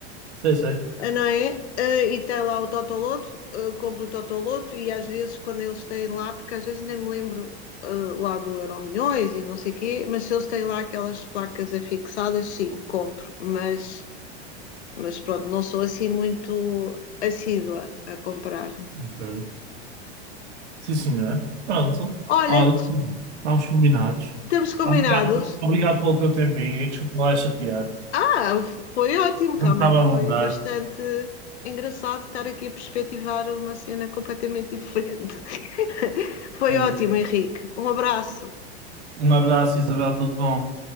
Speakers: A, on the right; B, on the left.
A: Sei, sei.
B: ah, não é? Eh, e tem lá o Totoloto, eh, compro o Totoloto e às vezes quando eles têm lá, porque às vezes nem me lembro eh, lá do Euro Milhões e não sei o quê, mas se eles têm lá aquelas placas afixadas, sim, compro, mas mas pronto, não sou assim muito assídua a comprar.
A: Ok. Sim, senhor. Pronto.
B: Olha,
A: Olha, estamos combinados.
B: temos combinados.
A: Obrigado, pe- obrigado pelo teu tempinho e desculpa lá chatear-te.
B: Ah, foi ótimo, realmente
A: Não estava a alongar.
B: foi bastante engraçado estar aqui a perspectivar uma cena completamente diferente. <laughs> foi
A: É
B: ótimo,
A: isso.
B: Henrique. Um abraço.
A: Um abraço, Isabel, tudo bom?